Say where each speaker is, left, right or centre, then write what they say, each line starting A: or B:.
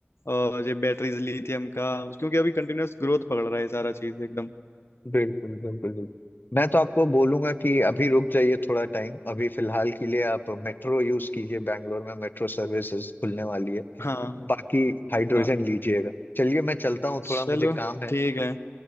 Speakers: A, on the left (about 85°); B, on the left (about 50°).
A: और ये बैटरीज लिथियम का क्योंकि अभी कंटिन्यूअस ग्रोथ पकड़ रहा है सारा चीज एकदम
B: बिल्कुल बिल्कुल बिल्कुल मैं तो आपको बोलूंगा कि अभी रुक जाइए थोड़ा टाइम अभी फिलहाल के लिए आप मेट्रो यूज कीजिए बैंगलोर में मेट्रो सर्विसेज खुलने वाली है
A: हाँ
B: बाकी हाइड्रोजन
A: हाँ
B: लीजिएगा चलिए मैं चलता हूँ
A: चलो
B: थोड़ा मुझे काम है
A: ठीक है